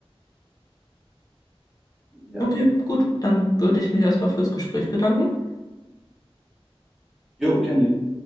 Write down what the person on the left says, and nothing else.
Okay, gut, dann würde ich mich erstmal fürs Gespräch bedanken.